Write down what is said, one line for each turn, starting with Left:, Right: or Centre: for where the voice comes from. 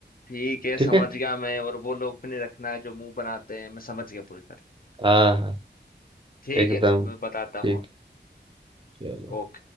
Left: ठीक है समझ
Right: ठीक है
Left: गया मैं और वो लोग भी नहीं रखना है जो मुंह बनाते हैं मैं समझ गया पूरी तरह
Right: हाँ हाँ
Left: ठीक
Right: एकदम
Left: है मैं बताता हूँ
Right: ठीक
Left: आपको
Right: चलो
Left: ओके